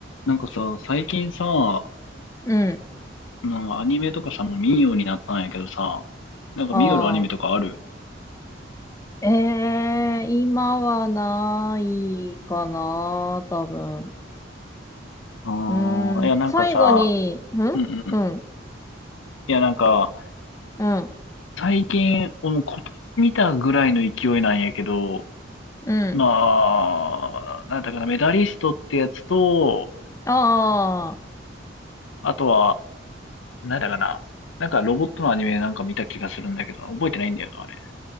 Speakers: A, on the left; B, on the left.
A: なんかさ、最近さ、
B: うん。
A: なんかアニメとかさ、もう見んようになったんやけどさ、なんか見よるアニメとかある
B: ああ。ええ今はないかな、多分。
A: ああ、
B: う
A: いや、
B: ん、
A: なんかさ、
B: 最後に、んうん、
A: うんうん。いや、なんか、
B: うん、
A: 最近、もう今年見たぐらいの勢いなんやけど、
B: うん。
A: まあ、なんだかな、メダリストってやつと、
B: ああ、
A: あとは、なんだかな、なんかロボットのアニメなんか見た気がするんだけど、覚えてないんだよな、あれ。